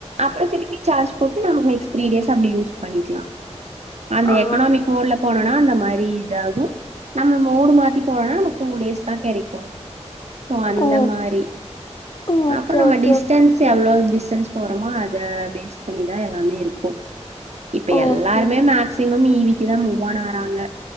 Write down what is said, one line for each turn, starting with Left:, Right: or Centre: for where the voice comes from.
Right: அப்புற திருப்பி சார்ஜ் போட்டு நமக்கு நெக்ஸ்ட் த்ரீ டேஸ் அப்டி யூஸ் பண்ணிக்கலா அந்த
Left: ஆ
Right: எக்கனாமிக் மோட்ல போனோனா அந்த மாரி இதா கு நம்ம மோடு மாத்தி போனோனா நம்ம டூ டேஸ் தா கெடைக்கு சோ அந்த
Left: ஓ
Right: மாரி
Left: ஓகே
Right: அப்புற நம்ம
Left: ஓகே
Right: டிஸ்டன்ஸ்
Left: ஓகே
Right: எவ்ளோ டிஸ்டன்ஸ் போறமா அத பேஸ் பண்ணிதா எல்லாமே இருக்கு இப்ப
Left: ஓகே
Right: எல்லாருமே மேக்ஸ் சிமம் ஈவிக்கு தா மூவான் ஆறாங்க